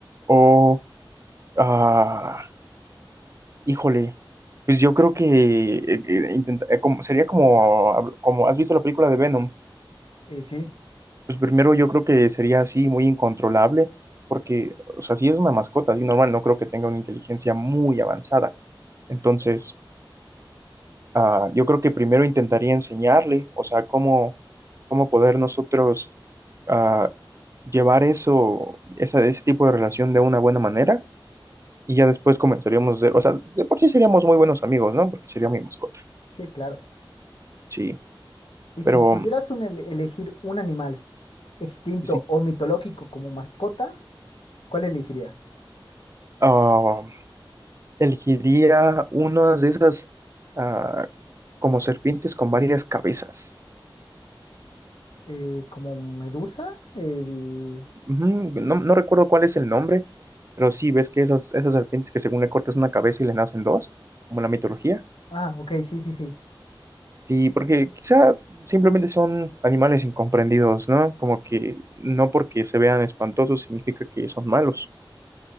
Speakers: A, on the right (about 35°); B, on the left (about 85°).
A: O, ah, híjole, pues yo creo que eh, eh, intenta- eh, como, sería como, habl- como, ¿has visto la película de Venom?
B: Y sí,
A: Pues primero yo creo que sería así, muy incontrolable, porque, o sea, si es una mascota, así normal, no creo que tenga una inteligencia muy avanzada. Entonces, ah, yo creo que primero intentaría enseñarle, o sea, cómo, cómo poder nosotros ah, llevar eso, esa, ese tipo de relación de una buena manera. y ya después comenzaríamos a ser o sea, de por sí seríamos muy buenos amigos, ¿no? Porque sería mi mascota,
B: sí, claro.
A: sí,
B: Y
A: pero
B: si pudieras un ele- elegir un animal extinto
A: sí, sí,
B: o mitológico como mascota, ¿cuál elegirías?
A: ah, elegiría unas de esas ah, como serpientes con varias cabezas.
B: Eh, ¿como medusa? El...
A: Ujú, No, no recuerdo cuál es el nombre, pero sí, ves que esas, esas serpientes que según le cortas una cabeza y le nacen dos, como en la mitología.
B: Ah, ok, sí, sí, sí.
A: Sí, porque quizá simplemente son animales incomprendidos, ¿no? Como que no porque se vean espantosos significa que son malos.